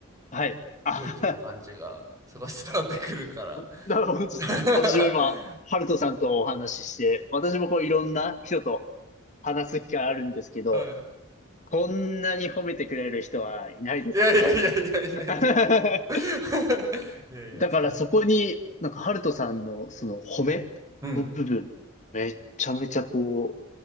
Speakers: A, on the left; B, on the right.
A: はい。あ
B: 元気な感じが、すごい伝わってくるから。
A: <laughs>、なるほど、本当ですか。
B: <laughs>
A: 私も今、ハルトさんとお話しして、私もこういろんな人と話す機会あるんですけど、
B: はい。
A: こんなに褒めてくれる人はいないですよ。
B: いやいやいやいやいやいや。
A: <laughs>
B: <laughs> いやいや、
A: だからそこに、
B: その。
A: なんかハルトさんのその褒めの部分、
B: うん。
A: めちゃめちゃこ